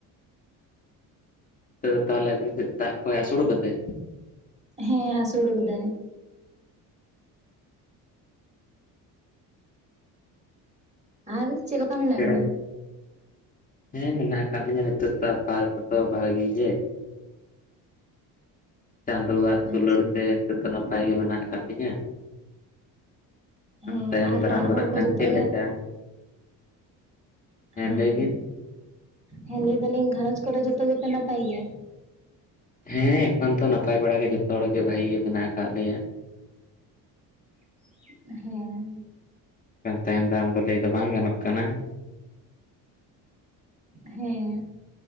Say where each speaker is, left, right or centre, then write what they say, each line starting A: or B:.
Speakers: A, on the left; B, on the right.
A: ᱛᱚ ᱛᱟᱦᱚᱞᱮ ᱟᱵᱤᱱ ᱥᱮᱫ ᱫᱟᱜ ᱠᱚᱭ ᱟᱥᱚᱲ ᱠᱟᱫᱟᱭ?
B: ᱦᱮᱸ ᱟᱹᱥᱩᱲ ᱠᱟᱫᱟᱭ। ᱟᱨ ᱪᱮᱫ ᱞᱮᱠᱟ ᱢᱮᱱᱟᱜ
A: ᱪᱮᱬᱮ
B: ᱵᱤᱱᱟ?
A: ᱦᱮᱸ ᱢᱮᱱᱟᱜ ᱟᱠᱟᱫ ᱞᱤᱧᱟᱹ ᱱᱤᱛᱳᱜ ᱛᱚ ᱟᱯᱟ ᱛᱚᱛᱚ ᱵᱷᱹᱟᱜᱤ ᱜᱮ। ᱪᱟᱸᱫᱳᱣᱟᱜ ᱫᱩᱞᱟᱹᱲ
B: ᱟᱪᱪᱷᱟ
A: ᱛᱮ ᱱᱤᱛᱚᱜ ᱫᱚ ᱱᱟᱯᱟᱭ ᱜᱮ ᱢᱮᱱᱟᱜ ᱟᱠᱟᱫ ᱞᱤᱧᱟᱹ। ᱟᱫᱚ
B: ᱦᱮᱸ
A: ᱛᱟᱭᱚᱢ
B: ᱟᱨ
A: ᱫᱟᱨᱟᱢ
B: ᱚᱲᱟᱜ
A: ᱫᱚ
B: ᱦᱚᱲ
A: ᱱᱟᱜ
B: ᱠᱚ
A: ᱠᱷᱟᱱ
B: ᱡᱚᱛᱚ
A: ᱪᱮᱫ
B: ᱜᱮ
A: ᱞᱮᱠᱟ?
B: ᱦᱮᱸ,
A: ᱞᱟᱹᱭ ᱵᱤᱱ?
B: ᱦᱮᱸ ᱞᱟᱹᱭ ᱫᱟᱞᱤᱧ ᱜᱷᱟᱨᱚᱧᱡᱽ ᱠᱚᱨᱮ ᱡᱷᱚᱛᱚ ᱜᱮᱯᱮ ᱱᱟᱯᱟᱭ ᱜᱮᱭᱟ?
A: ᱦᱮᱸ ᱮᱠᱷᱚᱱ ᱛᱚ ᱱᱟᱯᱟᱭ ᱵᱟᱲᱟ ᱜᱮ ᱡᱷᱚᱛᱚ ᱦᱚᱲ ᱜᱮ ᱵᱷᱟᱜᱤ ᱜᱮ ᱢᱮᱱᱟᱜ ᱟᱠᱟᱫ ᱞᱮᱭᱟ।
B: ᱦᱮᱸ ᱾
A: ᱠᱟ ᱛᱟᱭᱚᱢ ᱫᱟᱨᱟᱢ ᱫᱚ ᱞᱟᱹᱭ ᱫᱚ ᱵᱟᱝ ᱜᱟᱱᱚᱜ ᱠᱟᱱᱟ᱾
B: ᱦᱮᱸ᱾